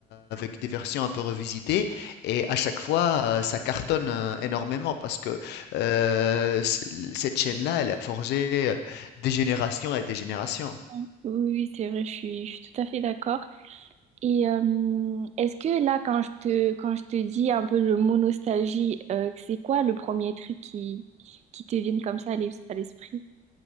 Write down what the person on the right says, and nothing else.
Oui, oui, c'est vrai, je suis, je suis tout à fait d'accord. Et euh, est-ce que là, quand je te, quand je te dis un peu le mot nostalgie, euh, c'est quoi le premier truc qui, qui te vient comme ça à l'es- à l'esprit?